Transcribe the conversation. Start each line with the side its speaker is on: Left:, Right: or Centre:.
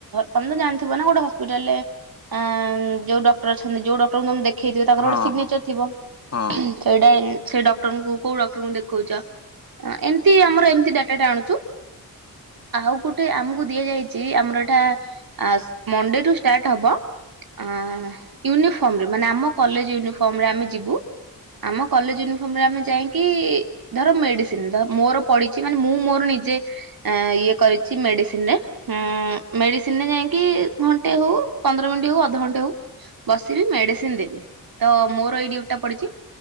Right: ତମେ ତ ଜାଣି ଥିବ ନା ଗୋଟେ ହସ୍ପିଟାଲରେ ଆଁ ଯୋଉ ଡକ୍ଟର ଅଛନ୍ତି ଯୋଉ ଡକ୍ଟରଙ୍କୁ ତମେ ଦେଖେଇଥିବ ତାଙ୍କର
Left: ହଁ
Right: ଗୋଟେ ସିଗନେଚର
Left: ହଁ
Right: ଥିବ?
Left: ହଁ
Right: ସେଇଟା ସେଇ ଡକ୍ଟରଙ୍କୁ କୋଉ ଡକ୍ଟରଙ୍କୁ ଦେଖଉଛ? ଏମିତି ଆମର ଏମିତି ଡାଟାଟା ଆଣୁଛୁ। ଆଉ ଗୋଟେ ଆମକୁ ଦିଆଯାଇଛି ଆମର ଏଇଟା ଆ ମଣ୍ଡେ ଠୁ ଷ୍ଟାର୍ଟ ହବ। ଆ ୟୁନିଫର୍ମ ରେ ମାନେ ଆମ କଲେଜ ୟୁନିଫର୍ମ ରେ ଆମେ ଯିବୁ। ଆମ କଲେଜ ୟୁନିଫର୍ମ ରେ ଆମେ ଯାଇଂକି ଧର ମେଡିସିନ ଧର ମୋର ପଡିଛି ମାନେ ମୁଁ ମୋର ନିଜେ ଏଁ ଇଏ କରିଛି ମେଡିସିନ ରେ ହୁଁ ମେଡିସିନ ରେ ଯାଇଂକି ଘଣ୍ଟେ ହଉ ପନ୍ଦର ମିନିଟ୍ ହଉ ଅଧଘଣ୍ଟେ ହଉ ବସିବି ମେଡିସିନ ଦେବି ତ ମୋର ଏଇ ଡ୍ୟୁଟିଟା ପଡିଚି।